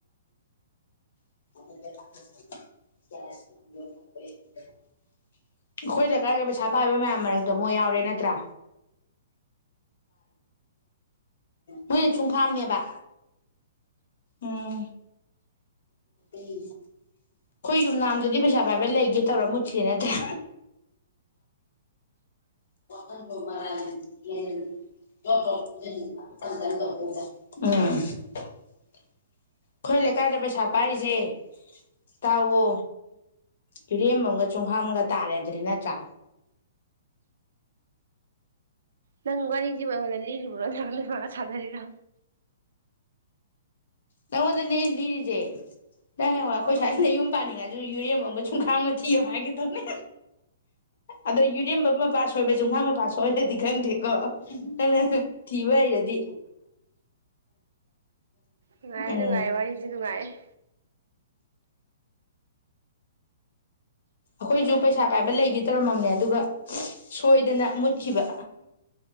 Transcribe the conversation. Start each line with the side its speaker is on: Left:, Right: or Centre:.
Left: <inaudible> ꯑꯩꯈꯣꯏꯗ ꯀꯔ ꯀ ꯄꯩꯁꯥ ꯄꯥꯏꯕ ꯃꯌꯥꯝ ꯃꯔꯛꯇꯣ ꯃꯣꯏ ꯌꯥꯎꯔꯦ ꯅꯠꯇ꯭ꯔꯥ ꯃꯣꯏꯅ ꯁꯨꯡꯈꯥꯝꯅꯦꯕ ꯎꯝ ꯑꯩꯈꯣꯏ ꯌꯨꯝ ꯅꯥꯝꯗꯗꯤ ꯄꯩꯁꯥ ꯄꯥꯏꯕ ꯂꯩꯒꯦ ꯇꯧꯔ ꯃꯨꯠꯇꯔꯤ ꯅꯠꯇ꯭ꯔꯦ <inaudible> ꯑꯩꯈꯣꯏ ꯂꯩꯀꯥꯏꯗ ꯄꯩꯁꯥ ꯄꯥꯏꯔꯤꯁꯦ ꯇꯥꯎꯋꯣ ꯌꯨꯔꯦꯝ ꯑꯃꯒ ꯆꯣꯡꯈꯥꯝꯒ ꯇꯥꯔꯦꯗ꯭ꯔꯔꯤ ꯅꯠꯇ꯭ꯔꯥ
Right: ꯅꯪ ꯋꯥꯔꯤꯁꯤꯕꯨ ꯑꯩꯉꯣꯟꯗ ꯂꯤꯔꯤꯕ꯭ꯔꯣ ꯅ ꯁꯥꯟꯅꯔꯤꯔꯣ
Left: ꯅꯪꯉꯣꯟꯗꯅꯦ ꯂꯤꯔꯤꯁꯦ ꯅꯪ ꯍꯡꯋꯥꯏ
Right: ꯑꯣ
Left: ꯑꯩꯈꯣꯏ ꯁ꯭ꯋꯥꯏꯁꯤꯅ ꯌꯨꯝ ꯄꯥꯅꯤꯡꯉꯁꯨ ꯌꯨꯔꯦꯝꯕ ꯑꯃꯒ ꯨꯝꯈꯥꯝꯒ ꯊꯤꯌꯣ ꯍꯥꯏꯒꯦꯗꯧꯅꯦ ꯑꯗꯣ ꯌꯨꯔꯦꯝꯕ ꯃꯄꯥ ꯁꯣꯏꯕ ꯌꯖꯨꯝꯈꯥꯝ ꯃꯄꯥ ꯁꯣꯏꯔꯗꯤ ꯈꯪꯗꯦꯀꯣ ꯅꯪꯅ ꯊꯤꯕ ꯍꯩꯔꯗꯤ
Right: ꯅꯨꯡꯉꯥꯏꯌꯦ
Left: ꯎꯝ
Right: ꯅꯨꯡꯉꯥꯏꯦ ꯋꯥꯔꯤꯁꯦ ꯅꯨꯡꯉꯥꯏꯌꯦꯦ
Left: ꯑꯩꯈꯣꯏꯁꯨ ꯄꯩꯁꯥ ꯄꯥꯏꯕ ꯂꯩꯒꯦ ꯇꯧꯔꯝꯃꯝꯅꯦ ꯑꯗꯨꯒ ꯁꯣꯏꯗꯅ ꯃꯨꯠꯈꯤꯕ